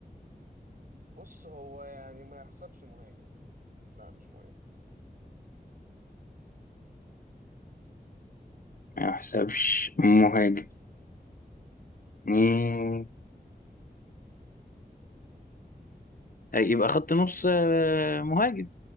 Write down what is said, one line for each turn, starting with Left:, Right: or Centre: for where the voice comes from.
Right: بص هو يعني ما يحسبش مهاجم لا مش مهاجم
Left: ما يحسبش مهاجم مم. آه، يبقى خط نص آه، مهاجم